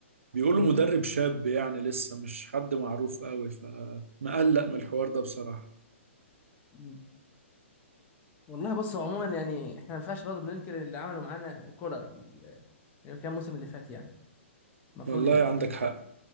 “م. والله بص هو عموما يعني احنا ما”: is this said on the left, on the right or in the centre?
Left